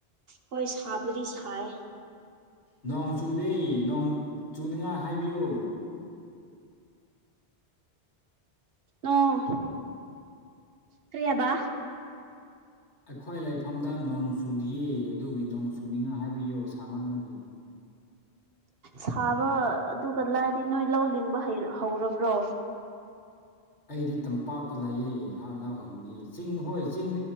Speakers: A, on the right; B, on the left.
A: ꯍꯣꯏ ꯁꯥꯕ ꯁꯥꯏ
B: ꯅꯣꯡ ꯆꯨꯗꯦ ꯅꯣꯡ ꯆꯨꯅꯤꯉꯥꯏ ꯍꯥꯏꯕꯤꯌꯨ
A: ꯑꯣ ꯀꯔꯤꯌꯥꯕ
B: ꯑꯩꯈꯣꯏ ꯂꯩꯐꯝꯗ ꯅꯣꯡ ꯆꯨꯗꯤꯌꯦ ꯑꯗꯨꯒꯤ ꯅꯣꯡ ꯆꯨꯅꯤꯉ ꯍꯥꯏꯕꯤꯌꯣ ꯁꯥꯃꯟꯃꯒꯤ
A: ꯁꯥꯕ ꯑꯗꯨꯒ ꯂꯥꯏꯗꯤ ꯅꯣꯏ ꯂꯧ ꯂꯤꯡꯕ ꯍꯧꯔꯕ꯭ꯔꯣ
B: ꯑꯩꯗꯤ ꯇꯝꯄꯥꯛꯇ ꯂꯥꯛꯑꯦ ꯍꯥꯎꯍꯥꯎ ꯍꯤꯡꯗꯤ ꯆꯤꯡ ꯍꯣꯏ ꯆꯤꯡ